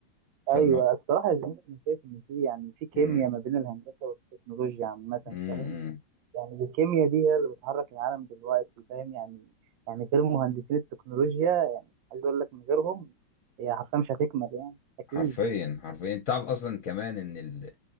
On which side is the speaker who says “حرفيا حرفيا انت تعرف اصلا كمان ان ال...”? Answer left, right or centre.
Left